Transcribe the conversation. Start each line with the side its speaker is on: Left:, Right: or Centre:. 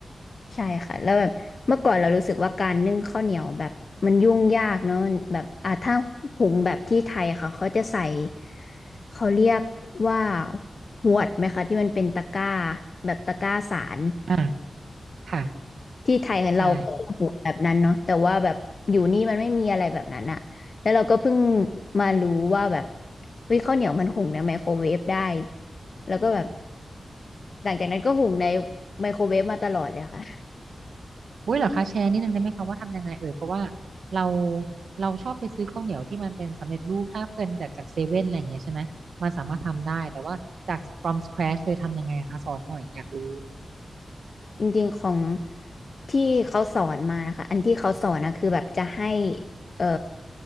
Left: ใช่ค่ะแล้วแบบเมื่อก่อนเรารู้สึกว่าการนึ่งข้าวเหนียวแบบมันยุ่งยากเนอะแบบอ่ะถ้าหุงแบบที่ไทยค่ะเขาจะใส่เขาเรียกว่าหวดไหมคะที่มันเป็นตะกร้าแบบตะกร้าสาร
Right: อ่าค่ะ
Left: ที่ไทยของเราก็เปหวดแบบนั้นเนาะแต่ว่าแบบอยู่นี่มันไม่มีอะไรแบบนั้นอะแล้วเราก็เพิ่ง
Right: ใช่
Left: มารู้ว่าแบบวิข้าวเหนียวมันหุงในไมโครเวฟได้แล้วก็แบบหลังจากนั้นก็หุงในไมโครเวฟมาตลอดเลยค่ะ
Right: อุ้ยเหรอคะแชร์นิดนึงได้ไหมคะว่าทำยังไงเอ่ยเพราะว่าเราเราชอบไปซื้อข้าวเหนียวที่มันเป็นสำเร็จรูปถ้าเป็นจากจากเซเว่นอะไรอย่างเงี้ยใช่ไหมมันสามารถทำได้แต่ว่าจาก from scratch เลยทำยังไงอะคะสอนหน่อยอยากรู้
Left: จริงๆของที่เขาสอนมานะคะอันที่เขาสอนนะคือแบบจะให้เอ่อ